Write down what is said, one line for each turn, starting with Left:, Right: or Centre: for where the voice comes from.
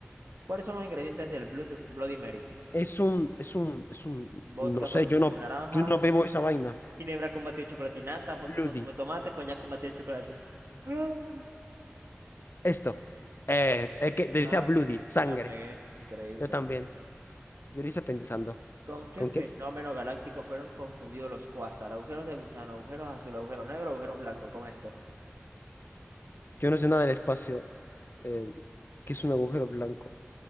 Right: ¿Cuáles son los ingredientes del Blut- Bloody Mary?
Left: es un, es un, es un,
Right: Vodka
Left: no sé,
Right: con
Left: yo
Right: zumo
Left: no,
Right: de naranja,
Left: yo no bebo esa vaina.
Right: ginebra con batido de chocolatinata, vodka
Left: Bloody.
Right: con zumo de tomate, coñac con batido de chocolate. <laughs>
Left: Esto. Eh, es que decía
Right: Ah,
Left: Bloody, sangre.
Right: la pegué, increíble.
Left: Yo también. Yo lo hice pensando.
Right: ¿Con qué
Left: ¿Con
Right: fenómeno
Left: qué?
Right: galáctico fueron confundidos los cuásar? Agujeros de gusano, agujeros azul, agujeros negros, agujeros blancos. Con este,
Left: Yo no sé nada del espacio. Eh, ¿qué es un agujero blanco?